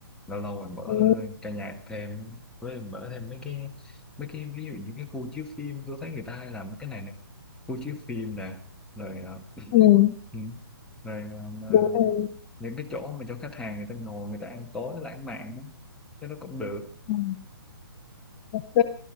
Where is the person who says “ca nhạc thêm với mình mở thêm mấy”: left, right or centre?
Centre